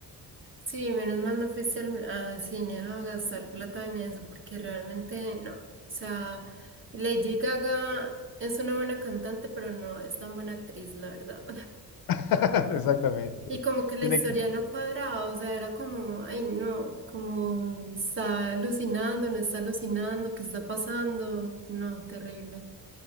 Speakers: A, on the right; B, on the left.
A: Sí, menos mal no fuiste al, al cine a gastar plata en eso, porque realmente no. O sea, Lady Gaga es una buena cantante, pero no es tan buena actriz, la verdad.
B: <laughs> Exactamente.
A: Y como que la
B: Tiene
A: historia
B: que,
A: no cuadraba, o sea, era como, ay no, como está alucinando, no está alucinando, ¿qué está pasando? No, terrible.